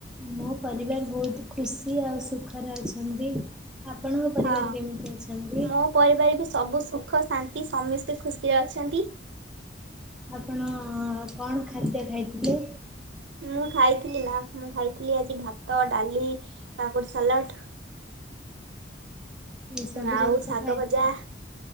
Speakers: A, in the centre; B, on the right.
A: ମୋ ପରିବାର ବହୁତ ଖୁସି ଆଉ ସୁଖରେ ଅଛନ୍ତି। ଆପଣଙ୍କ ପରିବାର
B: ହଁ
A: କେମିତି ଅଛନ୍ତି?
B: ମୋ ପରିବାର ବି ସବୁ ସୁଖ ଶାନ୍ତି ସମସ୍ତେ ଖୁସିରେ ଅଛନ୍ତି।
A: ଆପଣ କଣ ଖାଦ୍ୟ ଖାଇଥିଲେ?
B: ମୁଁ ଖାଇଥିଲି ନା ମୁଁ ଖାଇଥିଲି ଆଜି ଭାତ ଡାଲି କାକୁଡି ସାଲାଟ୍।
A: ଏସବୁ
B: ଆଉ
A: ଜିନିଷ
B: ଶାଗ
A: ଖାଇଥିଲେ
B: ଭଜା।